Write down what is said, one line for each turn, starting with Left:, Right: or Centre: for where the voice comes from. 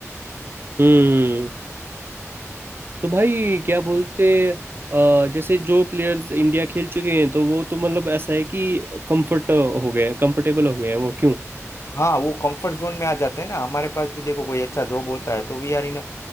Right: हम्म तो भाई क्या बोलते अ, जैसे जो प्लेयर्स इंडिया खेल चुके हैं तो वो तो मतलब ऐसा है कि कंफर्ट हो गए हैं कंफर्टेबल हो गए हैं वो क्यों
Left: हाँ वो कंफर्ट जोन में आ जाते हैं ना हमारे पास भी देखो कोई अच्छा जॉब होता है तो वी आर इन